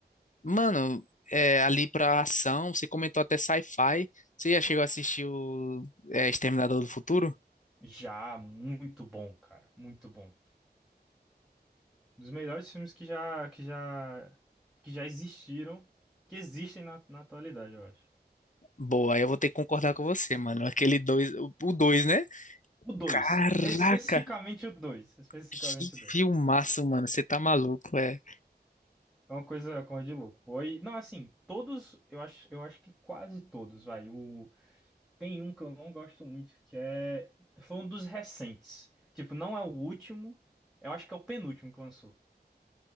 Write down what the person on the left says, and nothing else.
Mano, é, ali pra ação, você comentou até sci-fi. Você já chegou a assistir o é, Exterminador do Futuro?
Boa, aí eu vou ter que concordar com você, mano. Aquele dois, o dois, né?
Caraca,
que
filmaço, mano. Você tá maluco, é.